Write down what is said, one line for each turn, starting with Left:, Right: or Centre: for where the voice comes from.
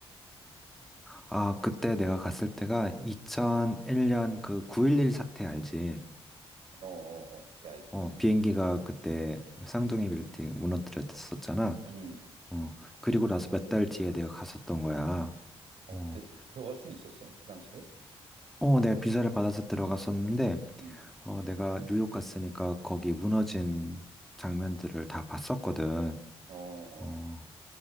Centre: 아, 그때 내가 갔을 때가 2001년 그 9.11 사태 알지?
Right: 어, 어, 어, 그때 알지, 당연히.
Centre: 어, 비행기가 그때 쌍둥이 빌딩 무너뜨렸었잖아.
Right: 음,
Centre: 어, 그리고 나서 몇 달 뒤에 내가 갔었던 거야.
Right: 어,
Centre: 어,
Right: 그때 들어갈 수는 있었어? 그 당시에?
Centre: 어, 내가 비자를 받아서 들어갔었는데,
Right: 음,
Centre: 어, 내가 뉴욕 갔으니까 거기 무너진 장면들을 다 봤었거든.
Right: 어, 어.
Centre: 어,